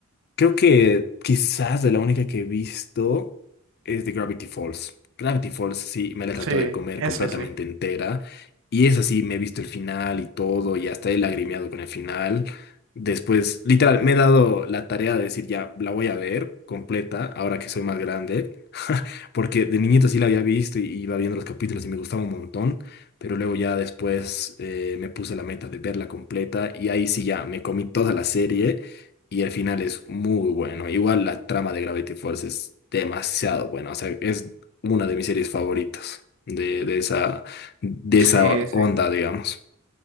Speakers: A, on the left; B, on the right.
A: Creo que quizás de la única que he visto es de Gravity Falls. Gravity Falls sí, me la trató
B: Sí,
A: de comer
B: eso
A: completamente
B: sí.
A: entera. Y es así, me he visto el final y todo, y hasta he lagrimeado con el final. Después, literal, me he dado la tarea de decir, ya, la voy a ver completa, ahora que soy más grande. <laughs> Porque de niñito sí la había visto y iba viendo los capítulos y me gustaba un montón. Pero luego ya después eh, me puse la meta de verla completa y ahí sí ya me comí toda la serie y el final es muy bueno. Igual la trama de Gravity Falls es demasiado buena, o sea, es una de mis series favoritas de, de esa, de
B: Sí,
A: esa
B: sí.
A: onda, digamos.